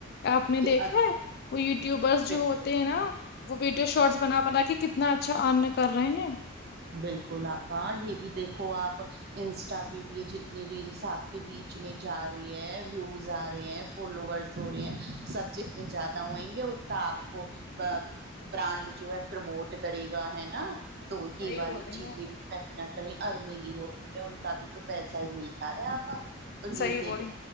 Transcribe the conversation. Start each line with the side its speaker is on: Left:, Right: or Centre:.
Left: آپ نے
Right: کہ
Left: دیکھا ہے وہ یوٹیوبرس
Right: بالکل
Left: جو ہوتے ہیں نا وہ ویڈیو شارٹس بنا بنا کے کتنا اچھا ارن کر رہے ہیں
Right: بالکل آپا یہ بھی دیکھو آپ انسٹا پہ بھی ہے جتنی ریلس آپ کے ریچ میں جا رہی ہے ویوز آ رہے ہیں فالوورس ہو رہے ہیں سبچ زیادہ ہوئیں گے اتنا آپ کو ب برانڈ جو ہے پرموٹ کرے گا ہے نا تو
Left: صحیح
Right: یہ والی
Left: بول رہی
Right: چیزیں
Left: ہیں
Right: کہیں نہ کہیں ارنگ ہی ہو رہی ہے ان کا بھی تو پیسہ ہی ملتا ہے آپا تو
Left: صحیح
Right: یہ
Left: بولی
Right: دیکھو